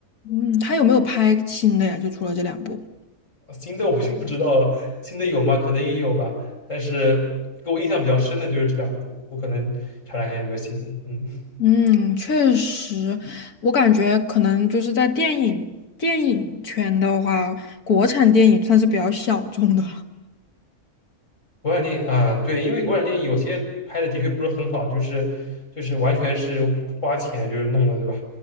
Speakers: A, on the left; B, on the left.
A: 嗯，他有没有拍新的呀？就除了这两部。
B: 新的我就不知道了，新的有吗？可能也有吧，但是给我印象比较深的就是这两部，我可能查查看有没有新的。嗯，
A: 嗯，确实，我感觉可能就是在电影电影圈的话，国产电影算是比较小众的了。
B: 国产电影啊，对，因为国产电影有些拍的的确不是很好，就是就是完全是花钱就是弄的，对吧？